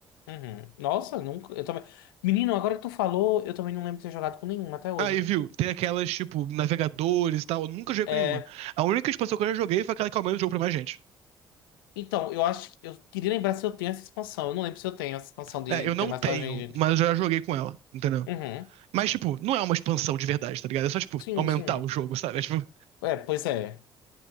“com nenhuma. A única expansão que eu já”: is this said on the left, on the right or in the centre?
Right